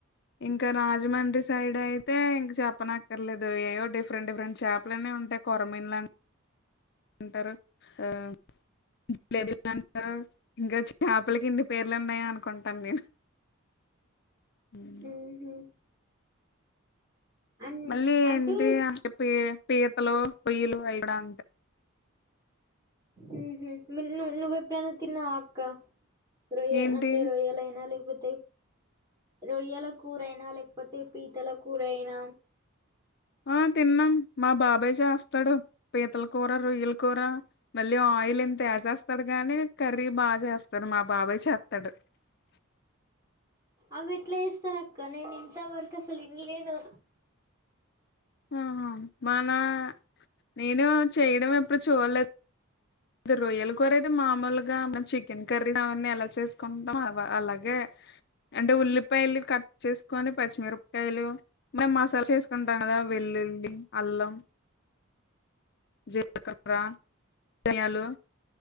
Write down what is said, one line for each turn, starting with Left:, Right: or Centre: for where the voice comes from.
Left: ఇంకా రాజమండ్రి సైడ్ అయితే ఇంక చెప్పనక్కర్లేదు ఏయో డిఫరెంట్ డిఫరెంట్ చేపలన్నీ ఉంటాయి కోరమేన్ లాం అంటరు ఆ ఇంకేమంటారు ఇంకా చాపలకి ఇన్ని పేర్లు ఉన్నాయా అనుకుంటాను నేను హ
Right: ఉహు అన్
Left: మళ్ళీ ఏంటి
Right: అంటే
Left: అం చెప్పి పీతలు రోయ్యలు అయి గూడా ఉంటాయి
Right: ఉహు మీ మీది నువ్వు ఎప్పుడైన తిన్నావా అక్కా రొయ్య
Left: ఏంటి
Right: అంటే రొయ్యలయినా లేకపోతే రొయ్యాల కూరైనా లేకపోతే పీతల కూరైనా
Left: ఆ తిన్నాం మా బాబాయ్ జేస్తాడు పీతల కూర రొయ్యల కూర మళ్ళీ ఆయిల్ ఇంత ఏసేస్తాడు గాని కర్రీ బా చేస్తాడు మా బాబాయ్ చెత్తాడు క
Right: అవి ఎట్లా చేస్తార్ అక్క నేను ఇంతవరకు అసల్ ఇన్లేదు.
Left: ఆహ మనా నేను చేయడం ఎప్పుడు చూడలేదు. రొయ్యల కూర ఐతే మామూలుగా మన చికెన్ కర్రీ అవన్నీ ఎలా చేసుకుంటాం అలాగే. అంటే ఉల్లిపాయలు కట్. చేసుకొని పచ్చిమిరపకాయలు. మనం మసాలా చేసుకుంటాం కదా వెల్లుల్లి అల్లం. జిలకర ధనియాలు.